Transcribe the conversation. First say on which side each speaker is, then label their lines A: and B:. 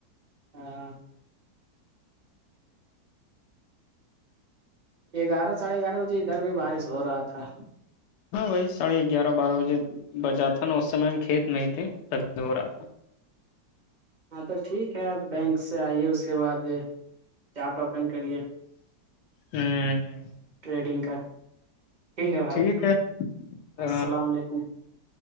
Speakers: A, on the right; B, on the left.
A: ہاں گیارہ ساڑھے گیارہ بجے ادھر بھی بارش ہو رہا تھا
B: ہا وبی سڑھے گیارہ بارہ بجے بچا تھا نا اس سمے ہم کھیت میں تھے تب د ہو رہا تھا
A: ہاں تو ٹھیک ہے آپ بینک سے آئیے اس کے بعد چارٹ اوپن کرے
B: ہ
A: ٹریڈنگ کا
B: ہ
A: ہے بھائی
B: ٹھیک ہے ہ
A: السلام علیکم